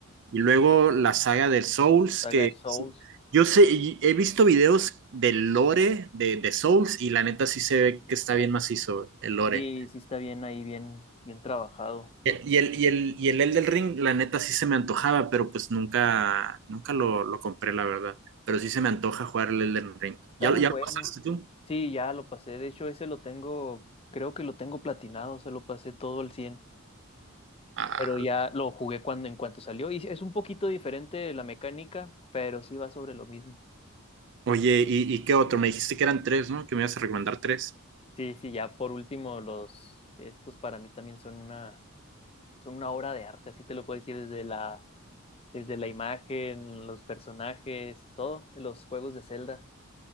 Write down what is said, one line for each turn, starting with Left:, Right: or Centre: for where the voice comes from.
Right: y luego la saga del Souls,
Left: saga
Right: que
Left: de Souls.
Right: sí. yo sé, y he visto videos del lore de, de Souls y la neta sí se ve que está bien macizo el lore.
Left: Sí, sí está bien ahí, bien, bien trabajado.
Right: Y y el, y el, y el Elden Ring, la neta sí se me antojaba, pero pues nunca, nunca lo, lo compré, la verdad. Pero sí se me antoja jugar el Elden Ring.
Left: Está
Right: ¿Ya,
Left: muy
Right: lo- ya
Left: bueno.
Right: lo pasaste tú?
Left: Sí, ya lo pasé. De hecho, ese lo tengo, creo que lo tengo platinado, se lo pasé todo al 100.
Right: Ah,
Left: Pero ya lo jugué cuando en cuanto salió y es un poquito diferente la mecánica, pero sí va sobre lo mismo.
Right: Oye, ¿y, y qué otro? Me dijiste que eran tres, ¿no? Que me ibas a recomendar tres.
Left: Sí, sí, ya por último los que estos para mí también son una son una obra de arte, así te lo puedo decir desde la desde la imagen, los personajes, todo, los juegos de Zelda.